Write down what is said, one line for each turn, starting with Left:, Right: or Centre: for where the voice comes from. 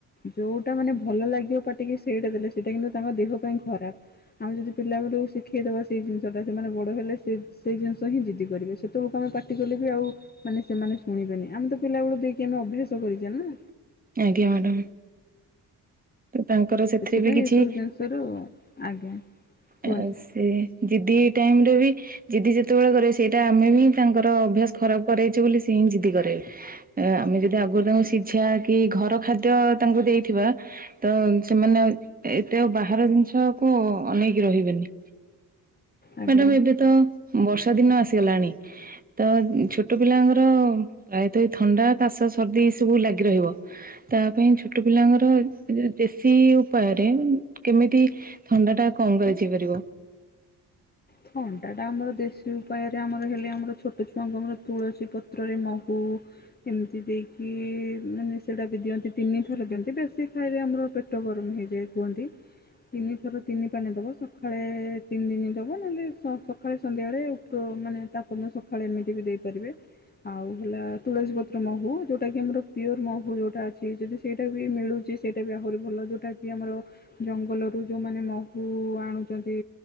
Left: ଯୋଉଟା ମାନେ ଭଲ ଲାଗିବ ପାଟିକି ସେଇଟା ଦେଲେ ସେଇଟା କିନ୍ତୁ ତାଙ୍କ ଦେହ ପାଇଁ ଖରାପ। ଆମେ ଯଦି ପିଲାବେଳୁ ଶି ଶିଖେଇ ଦବା ସେହି ଜିନିଷଟା ସେମାନେ ବଡ଼ ହେଲେ ସେ ସେଇ ଜିନିଷ ହିଁ ଜିଦି କରିବେ ସେତେବେଳକୁ ଆମେ ପାଟି କଲେ ବି ଆଉ ମାନେ ସେମାନେ ଶୁଣିବେନି ଆମେ ତ ପିଲା ବେଳୁ ଦେଇକି ଆମେ ଅଭ୍ୟାସ କରିଚେ ନା।
Right: ଆଜ୍ଞା ମ୍ୟାଡ଼ାମ୍। ତ ତାଙ୍କର ସେଥିରେ
Left: ସେଥିପାଇଁ
Right: ବି କିଛି
Left: ଏସବୁ ଜିନିଷରୁ ଆଜ୍ଞା କୁହନ୍ତୁ
Right: ଆ ସେ ଜିଦି ଟାଇମ୍ ରେ ବି ଜିଦି ଯେତେବେଳେ କରିବେ ସେଇଟା ଆମେ ହିଁ ତାଙ୍କର ଅଭ୍ୟାସ ଖରାପ କରେଇଚେ ବୋଲି ସେ ହିଁ ଜିଦି କରିବେ। ଏଁ ଆମେ ଯଦି ଆଗରୁ
Left: ଆଜ୍ଞା
Right: ତାଙ୍କୁ ସିଝା କି ଘର ଖାଦ୍ୟ ତାଙ୍କୁ ଦେଇଥିବା ତ ସେମାନେ ଆଉ ଏ ଏତେ ଆଉ ବାହାର ଜିନିଷକୁ ଅନେଇକି ରହିବେନି।
Left: ଆଜ୍ଞା।
Right: ମ୍ୟାଡ଼ାମ୍ ଏବେ ତ ବର୍ଷା ଦିନ ଆସିଗଲାଣି ତ ଛୋଟ ପିଲାଙ୍କର ପ୍ରାୟତଃ ଏ ଥଣ୍ଡା କାଶ, ସର୍ଦ୍ଦି ଏସବୁ ଲାଗି ରହିବ ତା ପାଇଁ ଛୋଟ ପିଲାଙ୍କର ଦେଶୀ ଉପାୟରେ କେମିତି ଥଣ୍ଡା ଟା କମ୍ କରାଯାଇ ପାରିବ।
Left: ଥଣ୍ଡା ଟା ଆମର ଦେଶୀ ଉପାୟରେ ଆମର ହେଲେ ଆମର ଛୋଟ ଛୁଆଙ୍କୁ ଆମର ତୁଳସୀ ପତ୍ରରେ ମହୁ ଏମିତି ଦେଇକି ମାନେ ସେଇଟା ବି ଦିଅନ୍ତି ତିନିଥର ଦିଅନ୍ତି ବେଶୀ ଖାଇଲେ ଆମର ପେଟ ପେଟ ଗରମ ହେଇଯାଏ, କୁହନ୍ତି ତିନିଥର ତିନି ପାନେ ଦବ ସକାଳେ ତିନି ଦିନ ଦବ। ମାନେ ସକାଳେ ସନ୍ଧ୍ୟାବେଳେ ଉପ ମାନେ ତାପ ସକାଳେ ଏମିତି ବି ଦେଇପାରିବେ। ଆଉ ହେଲା ତୁଳସୀ ପତ୍ର ମହୁ ଯୋଉଟା କି ଆମର ପିଓର ମହୁ ଯୋଉଟା ଅଛି ଯଦି ସେଇଟା ବି ମିଳୁଛି ସେଇଟା ବି ଆହୁରି ଭଲ ଯେଉଟାକି ଆମର ଜଙ୍ଗଲରୁ ଯୋଉମାନେ ମହୁ ଆଣୁଛନ୍ତି